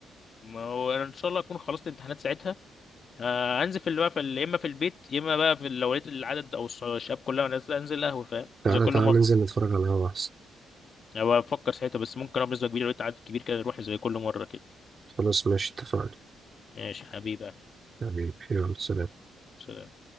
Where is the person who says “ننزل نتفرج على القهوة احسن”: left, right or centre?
Right